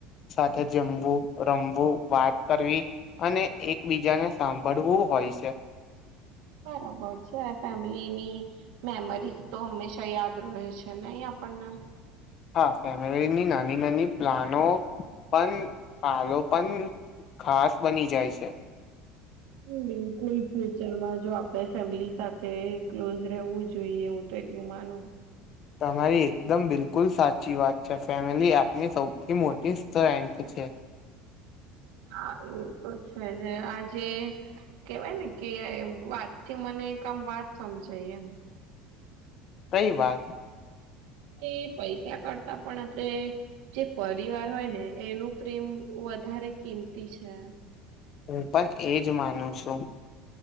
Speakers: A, on the left; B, on the right.
A: સાથે જમવું રમવું વાત કરવી, અને એકબીજાને સાંભળવું હોય છે.
B: <unintelligible> <inaudible> બરાબર છે ફેમિલીની, મેમરીઝ તો હંમેશા યાદ રહે છે નય પણ ને
A: હા ફેમિલી ની નાની નાની પ્લાનો પણ પાલો પણ ખાસ બની જાય છે.
B: બિલકુલ ફ્યુચરમાં જો આપણે ફેમિલી સાથે ક્લોઝ રહેવું જોઈ એ હું તો એટલું માનું.
A: તમારી એકદમ બિલકુલ સાચી વાત છે, ફેમિલી આપની સૌથી મોટી <unintelligible> ચેક
B: હા એતો છેને આજે કેવાય ને કે વાત થી મને કામ હા, તો અમે જઈ એમ
A: કઈ વાત
B: એ પૈસા કરતા પણ આપડે જે પરિવાર હોય ને એનું પ્રેમ વધારે કિંમતી છે
A: હું પણ એજ માનું છું